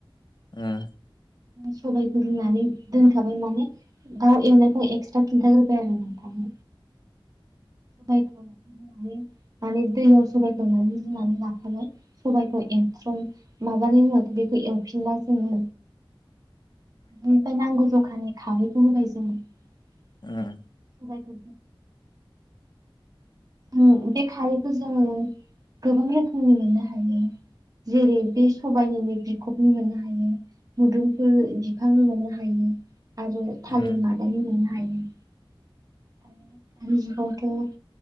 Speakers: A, on the left; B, on the right.
A: उम
B: सबायखौ रुनानै दोनखाबाय माने औ एवनायखौ एक्सट्रा खिन्थाग्रोबाय आरो नोंथांनो। सबायखौ रुनानै माने दैयाव सबाइखौ रुनानै लाखाबाय सबायखौ एंख्रं माबानि उनावथ' बेखौ एवफिनला जोङो बेनिफ्राय नांगौ जखा माने खारै <unintelligible> <unintelligible>
A: ओम
B: सबायखौ <unintelligible> <unintelligible> बे खारैखौ जोङो गोबां रोखोमनि मोननो हायो जेरै बे सबायनिनो बिखब नि मोननो हायो मुदुमफोर बिफां मोननो हायो आरो थालिर
A: उम
B: मादानि मोना <unintelligible> दानि जुगावथ'